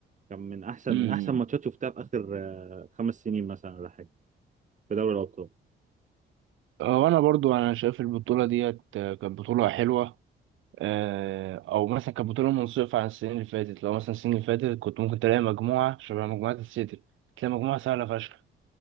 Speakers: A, on the right; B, on the right.
A: كان من احسن
B: امم
A: من احسن ماتشات شفتها في اخر آه، خمس سنين مثلا ولا حاجه في دوري الابطال
B: وانا برضو انا شايف البطولة ديت آه، كانت بطولة حلوة آه، او مثلا كانت بطولة منصفة عن السنين اللي فاتت لو مثلا السنين اللي فاتت كنت ممكن تلاقي مجموعة شبه مجموعة السيتي تلاقي مجموعة سهلة فشخ